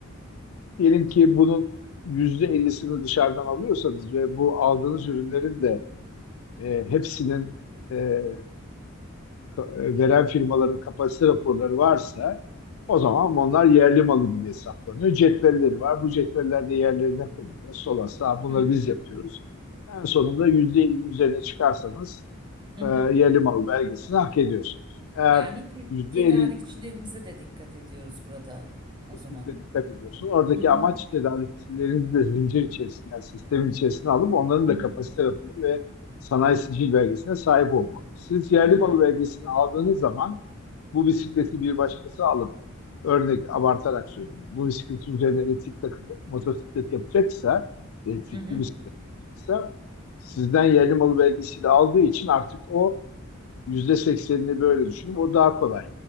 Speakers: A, on the left; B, on the right.
A: Diyelim ki bunun %50'sini dışarıdan alıyorsanız ve bu aldığınız ürünlerin de e, hepsinin e, ka- e, veren firmaların kapasite raporları varsa o zaman onlar yerli malı gibi hesaplanıyor. Cetvelleri var. Bu cetveller de yerlerine konuluyor. Sol asla bunları
B: Hı.
A: biz yapıyoruz. En sonunda %50'nin üzerine çıkarsanız
B: Hı
A: e,
B: hı.
A: yerli malı belgesini hak ediyorsunuz. Eğer
B: Yani te- tedarikçilerimize
A: %50
B: de dikkat ediyoruz burada o
A: Kesinlikle
B: zaman.
A: dikkat ediyorsun. Oradaki
B: Hı hı.
A: amaç tedarikçilerini de zincir içerisine, yani sistemin içerisine alıp onların da
B: Hı hı.
A: kapasite raporu ve sanayi sicil belgesine sahip olmalı. Siz yerli
B: Hı.
A: malı belgesini aldığınız zaman bu bisikleti bir başkası alıp örnek abartarak söylüyorum. Bu bisikletin üzerine elektrik takıp motosiklet yapacaksa, elektrikli
B: Hı hı.
A: bisiklet yapacaksa sizden yerli malı belgesiyle aldığı için artık o yüzde seksenini böyle düşünüp o daha kolay